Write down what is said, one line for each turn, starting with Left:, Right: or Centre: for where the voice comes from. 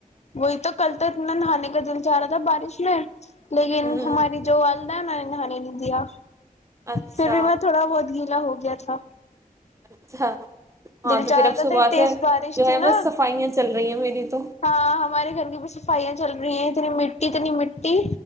Left: وہئی تو کلتات ن ہانے گ د زیادہ تھار بارش میں لیکن
Right: ہوں
Left: ہماری جو وال ن ہان د دیا
Right: اچھا
Left: پھر بھی میں تھوڑا بہت گیا الا ہو گیا تھا
Right: اچھا ہاں
Left: دل
Right: تو
Left: چاہ
Right: پھر
Left: رہا
Right: اب
Left: تھا
Right: صبح
Left: تیز
Right: سے
Left: بارش
Right: جو
Left: تھی
Right: ہے
Left: نا
Right: بس صفائیاں چل رہی ہیں میری تو
Left: ہاں ہمارے گھر کی بھی صفائیاں چل رہی ہیں یہ جنی مٹی ت نہیں مٹی